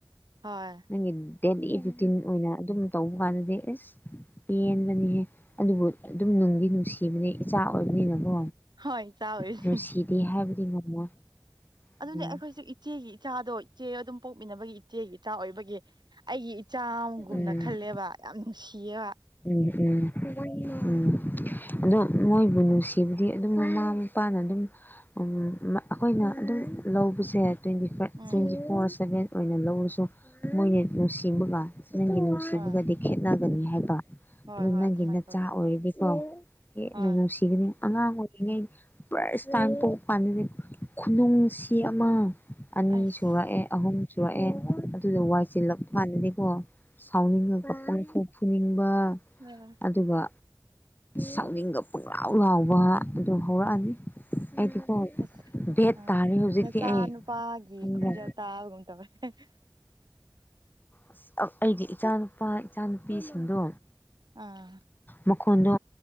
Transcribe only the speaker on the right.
ꯍꯣꯏ
ꯍꯣꯏ ꯏꯆꯥ ꯑꯣꯏꯔꯤꯁꯤ
ꯑꯗꯨꯅꯦ
ꯑꯩꯈꯣꯏꯁꯨ ꯏꯆꯦꯒꯤ ꯏꯆꯥꯗꯣ ꯏꯆꯦ ꯑꯗꯨꯝ ꯄꯣꯛꯃꯤꯟꯅꯕꯒꯤ ꯏꯆꯦꯒꯤ ꯏꯆꯥ ꯑꯣꯏꯕꯒꯤ ꯑꯩꯒꯤ ꯏꯆꯥ ꯑꯃꯒꯨꯝꯅ
ꯈꯜꯂꯦꯕ ꯌꯥꯝ ꯅꯨꯡꯁꯤꯌꯦꯕ
ꯎꯝ
ꯍꯣꯏ
ꯍꯣꯏ
ꯍꯣꯏ
ꯑꯗꯨꯃꯥꯏꯅ
ꯇꯧꯋꯦ
ꯍꯣꯏ
ꯑꯁ
ꯎꯝ
ꯑꯁ
ꯑꯥ
ꯅꯆꯥ
ꯅꯨꯄꯥꯒꯤ
ꯈꯣꯟꯖꯦꯜ ꯇꯥꯕꯒꯨꯝ ꯇꯧꯋꯦ <unintelligible>
ꯑꯥ